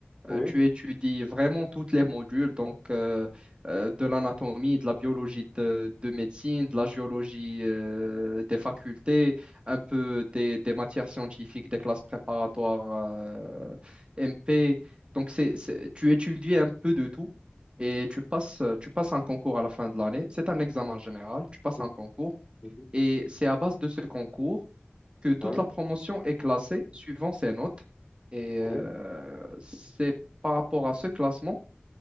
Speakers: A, on the left; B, on the right.
A: oui.
B: euh, Tu étudies vraiment toutes les modules, donc euh, euh, de l'anatomie, de la biologie de, de médecine, de la géologie euh, des facultés, un peu des, des matières scientifiques, des classes préparatoires euh, MP. Donc c'est, c'est- tu étudies un peu de tout et tu passes, tu passes un concours à la fin de l'année. C'est un examen général, tu passes
A: Mhm,
B: un concours
A: mhm.
B: et c'est à base de ce concours que toute
A: Ouais,
B: la promotion est classée suivant ses notes. Et
A: oui.
B: euh, c'est par rapport à ce classement